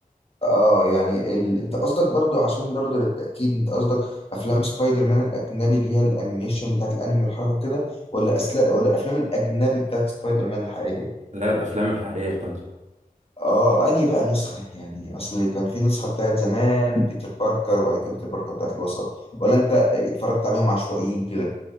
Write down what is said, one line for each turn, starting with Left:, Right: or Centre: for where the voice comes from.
Left: اه يعني ال... انت قصدك برضو عشان برضو للتأكيد انت قصدك افلام سبايدر مان الاجنبي اللي هي الانيميشن بتاعت الانمي والحركة كده ولا أسلا... ولا الافلام الاجنبي بتاعت سبايدر مان الحقيقية
Right: لا الافلام الحقيقيه بتاعته
Left: اه انهي بقى نسخة يعني اصل كان في نسخة بتاعت زمان بيتر باركر وبعد كده بيتر باركر بتاعت الوسط ولا انت اتفرجت عليهم عشوائيين كده